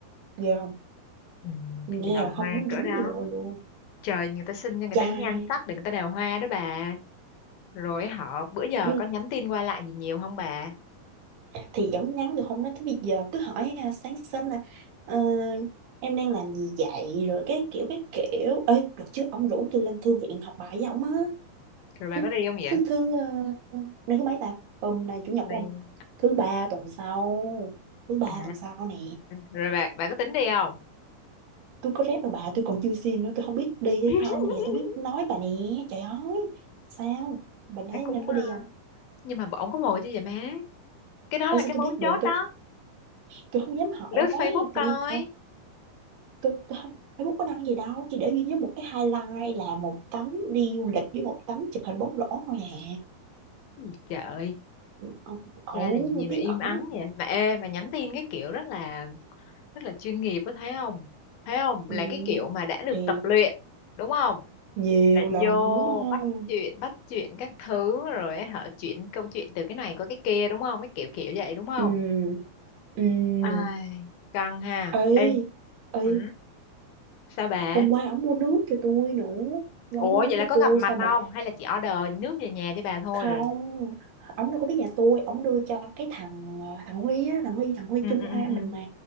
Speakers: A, on the right (about 85°); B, on the left (about 75°).
A: giờ
B: ừ,
A: nghe
B: thì đào
A: là không
B: hoa
A: muốn
B: cỡ
A: dính
B: đó
A: vô luôn
B: trời người ta xin cho người
A: trai
B: ta cái nhan sắc để người ta đào hoa đó bà rồi họ bữa giờ
A: nhưng
B: có nhắn tin qua lại gì nhiều không bà
A: thì vẫn nhắn được không nói tới bây giờ cứ hỏi à, sáng sớm là "Ờ, em đang làm gì vậy rồi cái kiểu cái kiểu ơi được chứ ông rủ tôi lên thư viện học bài với ông á
B: rồi bà
A: thứ
B: có đi không vậy
A: thứ thứ ờ, nay thứ mấy ta hôm nay chủ nhật
B: này
A: của ông thứ ba tuần sau thứ ba
B: À,
A: tuần sau nè
B: rồi bạn bạn có tính đi không?
A: tôi có rep đâu bà tôi còn chưa xin nữa tôi không biết đi hay
B: <laughs>
A: không nè tôi mới nói bà nè trời ơi sao bà
B: Thấy
A: thấy
B: cũng
A: nên có
B: ờ,
A: đi không
B: nhưng mà ổng có vội chứ vậy má. Cái đó
A: ơ
B: là
A: sao
B: cái
A: tôi
B: mấu
A: biết được
B: chốt
A: tôi
B: đó.
A: tôi không dám hỏi
B: Lướt Facebook coi.
A: tự nhiên thôi tôi, tôi không Facebook có đăng gì đâu chỉ để duy nhất một cái highlight là một tấm đi du lịch với một tấm chụp hình bóng rổ thôi à
B: Gì trời,
A: ông ẩu
B: cha này gì mà
A: bí
B: im
A: ẩu
B: ắng vậy? Mà ê mà nhắn tin cái kiểu rất là rất là chuyên nghiệp có thấy không? Thấy không?
A: ừ,
B: Là cái kiểu mà đã được
A: thì
B: tập luyện, đúng không?
A: nhiều
B: Là
A: lần
B: vô
A: đúng không
B: bắt chuyện bắt chuyện các thứ rồi họ chuyển câu chuyện từ cái này qua cái kia đúng không? Cái kiểu kiểu vậy đúng không?
A: ừ ừ
B: Ai, căng ha.
A: ê
B: Ê,
A: ê
B: ừ, sao bà?
A: hôm qua ổng mua nước cho tôi nữa hôm qua
B: Ủa
A: ổng mua nước
B: vậy là
A: cho
B: có
A: tôi
B: gặp mặt
A: xong
B: không?
A: rồi
B: Hay là chỉ order nước về nhà cho bà thôi
A: không
B: rồi?
A: ông đâu có biết nhà tôi ông đưa cho cái thằng ờ, thằng Huy á thằng Huy thằng Huy
B: Ừ,
A: chung
B: ừ,
A: khoa
B: ừ. ừ.
A: mình mà